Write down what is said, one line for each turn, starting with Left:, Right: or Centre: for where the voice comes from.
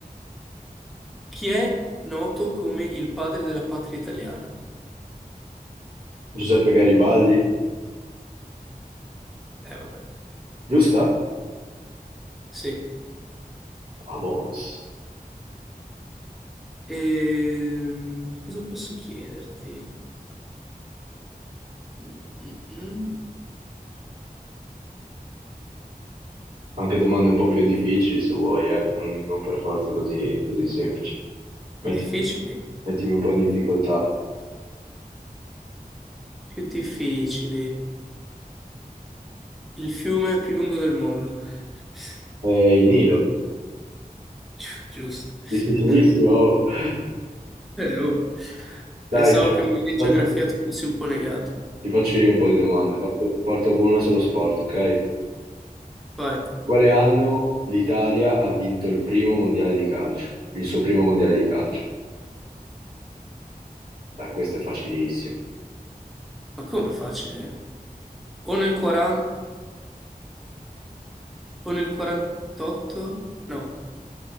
Centre: Chi è noto come il padre della patria italiana?
Right: Giuseppe Garibaldi,
Centre: Eh, vabbè,
Right: giusta?
Centre: sì.
Right: Vamos.
Centre: Ehm, cosa posso chiederti? Mm, mm, mm.
Right: Anche domande un po' più difficili se vuoi, eh. Non, non per forza così, così semplici. Mettimi,
Centre: Più difficili?
Right: mettimi un po' in difficoltà.
Centre: Più difficili. Il fiume più lungo del mondo. <laughs>
Right: Eh, il Nilo.
Centre: Gi- Giusto. <laughs>
Right: Difficilissimo. <laughs>
Centre: Oh, Pensavo
Right: Dai, ti
Centre: che magari in
Right: faccio
Centre: geografia tu fossi un po' negato.
Right: ti faccio io un po' di domande. Parto, parto con una sullo sport, ok? In
Centre: Vai.
Right: Quale anno l'Italia ha vinto il primo mondiale di calcio? Il suo primo mondiale di calcio? Dai, questo è facilissimo.
Centre: Ma come facile? O nel 40, o nel 48? No,